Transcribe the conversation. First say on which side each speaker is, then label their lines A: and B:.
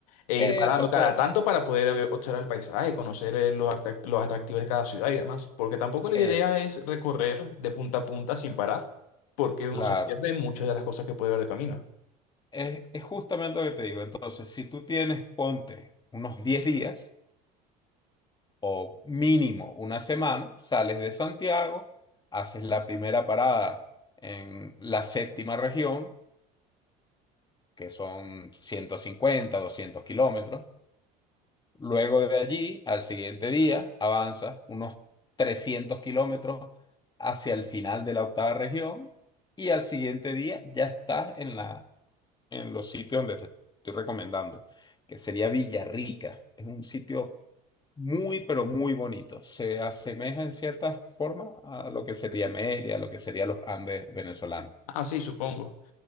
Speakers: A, on the left; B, on the left.
A: e,
B: Eso
A: ir parando cada
B: pues,
A: tanto para poder ver- observar el paisaje, conocer eh, los, atrac- los atractivos de cada ciudad y demás. Porque tampoco la
B: eh,
A: idea es recorrer de punta a punta sin parar, porque uno
B: claro.
A: se pierde en muchas de las cosas que puede ver de camino.
B: Es, es justamente lo que te digo. Entonces, si tú tienes, ponte unos 10 días o mínimo una semana, sales de Santiago, haces la primera parada en la séptima región, que son ciento cincuenta doscientos kilómetros. Luego de allí, al siguiente día, avanzas unos 300 kilómetros hacia el final de la octava región y al siguiente día ya estás en la en los sitios donde te estoy recomendando, que sería Villarrica. Es un sitio muy, pero muy bonito. Se asemeja en cierta forma a lo que sería Mérida, a lo que serían los Andes venezolanos.
A: Ah, sí, supongo.